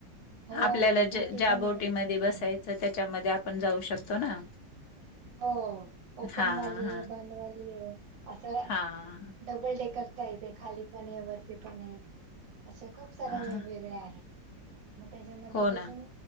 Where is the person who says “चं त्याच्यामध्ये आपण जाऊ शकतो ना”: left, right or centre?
Left